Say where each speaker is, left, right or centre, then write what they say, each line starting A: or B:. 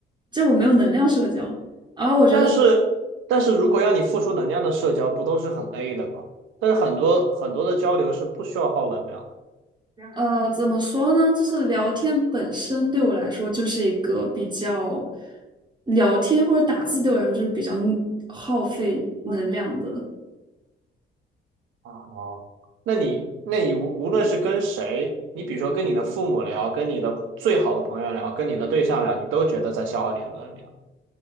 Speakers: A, on the right (about 20°); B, on the right (about 80°).
A: 就我没有能量社交。而我觉得，
B: 但是，但是如果让你付出能量的社交，不都是很累的吗？但是很多很多的交流是不需要耗能量的
A: 呃，怎么说呢，就是聊天本身对我来说就是一个比较，聊天或者打字对我来说就是比较耗费能量的。
B: 啊。哦那你，那你无无论是跟谁，你比如说跟你的父母聊，跟你的最好的朋友聊，跟你的对象聊，你都觉得在消耗你的能量。